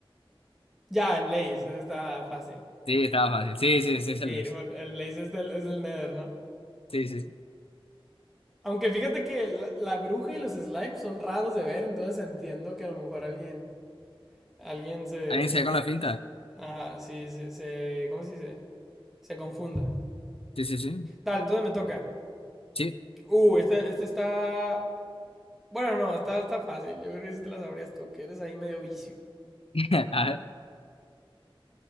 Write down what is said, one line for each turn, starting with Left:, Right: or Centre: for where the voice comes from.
Centre: Ya, el Lace, eso está fácil.
Left: Sí, estaba fácil. Sí, sí, sí, es el
Centre: Sí,
Left: Blaze.
Centre: porque el Lace es del, es del Nether, ¿no?
Left: Sí, sí, sí.
Centre: Aunque fíjate que la, la bruja y los slimes son raros de ver, entonces entiendo que a lo mejor alguien, alguien se,
Left: ¿Alguien se da con la finta?
Centre: ajá, sí, se, se- ¿cómo se dice? Se confunda.
Left: Sí, sí, sí.
Centre: Dale, entonces me toca.
Left: Sí.
Centre: Uh, este, este está, bueno, no, está, está fácil. Yo creo que sí te la sabrías tú, que eres ahí medio vicio.
Left: <laughs> A ver,